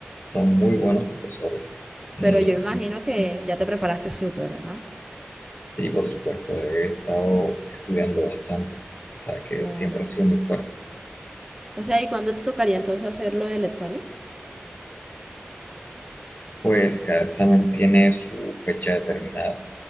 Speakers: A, on the left; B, on the right.
A: son muy buenos profesores. Y,
B: Pero yo
A: mm,
B: imagino que
A: mm,
B: ya te preparaste súper, ¿ah?
A: sí, por supuesto, he estado estudiando bastante, o sea, que
B: Claro.
A: siempre ha sido muy fuerte.
B: O sea, ¿y cuándo te tocaría entonces hacer lo del examen?
A: Pues cada examen tiene su fecha determinada.